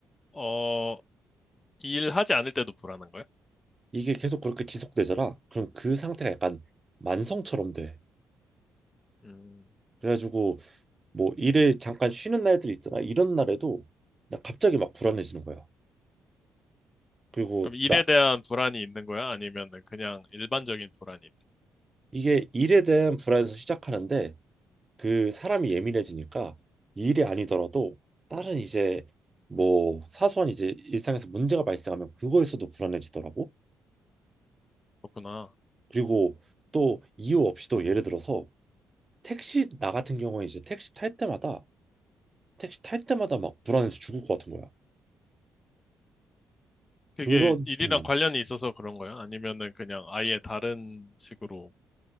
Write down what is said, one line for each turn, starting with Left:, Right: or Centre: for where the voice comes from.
Left: 어, 일하지 않을 때도 불안한 거야?
Right: 이게 계속 그렇게 지속되더라. 그럼 그 상태가 약간 만성처럼 돼.
Left: 음,
Right: 그래가지고 뭐 일을 잠깐 쉬는 날들이 있잖아. 이런 날에도 그냥 갑자기 막 불안해지는 거야. 그리고
Left: 그럼 일에
Right: 나
Left: 대한 불안이 있는 거야? 아니면 그냥 일반적인 불안이 있-
Right: 이게 일에 대한 불안에서 시작하는데 그 사람이 예민해지니까 이 일이 아니더라도 다른 이제 뭐 사소한 이제 일상에서 문제가 발생하면 그거에서도 불안해지더라고.
Left: 그렇구나.
Right: 그리고 또 이유 없이도 예를 들어서 택시 나 같은 경우에 이제 택시 탈 때마다 택시 탈 때마다 막 불안해서 죽을 것 같은 거야.
Left: 그게
Right: 그런
Left: 일이랑
Right: 음,
Left: 관련이 있어서 그런 거야? 아니면은 그냥 아예 다른 식으로